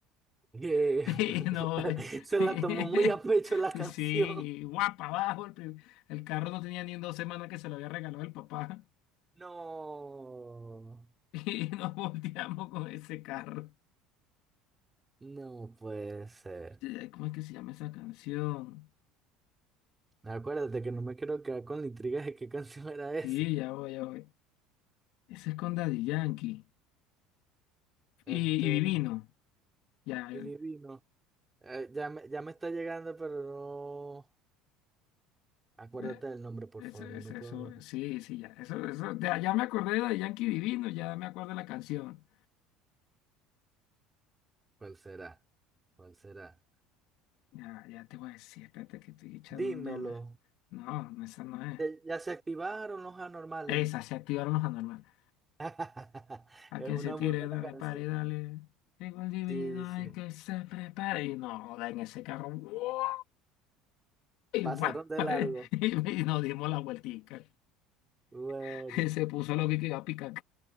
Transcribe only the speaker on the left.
<laughs>
Y no,
eh,
<laughs>
sí, guapa, abajo. El, prim- el carro no tenía ni en dos semanas que se lo había regalado el papá. <laughs>
Y nos volteamos con ese carro.
Eh, ¿Cómo es que se llama esa canción?
Sí, ya voy, ya voy. Ese es con Daddy Yankee.
y, y divino. Ya, el-
de-
eso,
eso,
eso,
sí, sí, ya. Eso, eso, de, ya me acordé de Yankee Divino, ya me acuerdo de la canción.
Ya, ya te voy a decir, espérate que estoy echándome.
No, no, esa no es.
Esa, se activaron los anormales.
A quien
se tire,
dale,
pare, dale. Llegó el divino,
hay que se prepare. Y no, en ese carro. ¡guau! Y,
guau,
<laughs>
y nos dimos la vueltica.
<laughs> se puso lo que quedó a picar